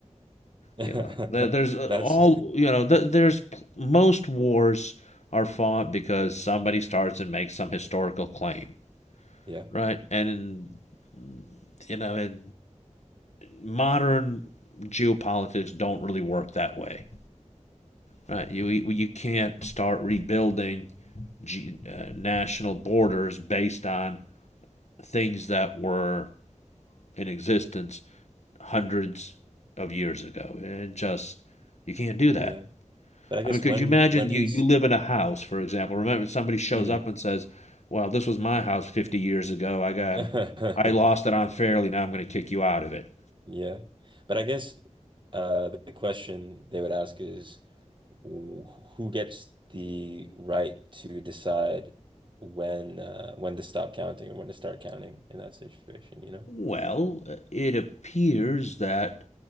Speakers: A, on the right (about 40°); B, on the left (about 65°).
A: <laughs>
B: you know, there, there's uh,
A: That's,
B: all you know, th there's p- most wars are fought because somebody starts and makes some historical claim
A: <laughs> yeah,
B: right? And you know, it, modern geopolitics don't really work that way, right? You you can't start rebuilding G, uh, national borders based on things that were in existence hundreds of years ago. It just you can't do that.
A: yeah. But I guess
B: I mean, could
A: when
B: you imagine
A: when do
B: you
A: you?
B: you
A: s-
B: live in a house, for example? Remember, somebody shows
A: Mhm.
B: up and says, "Well, this was my house 50 years ago. I got
A: <laughs>
B: I lost it unfairly. Now I'm going to kick you out of it."
A: Yeah. But I guess uh, the question they would ask is wh- who gets the right to decide when uh, when to stop counting or when to start counting in that situation, you know?
B: Well, it appears that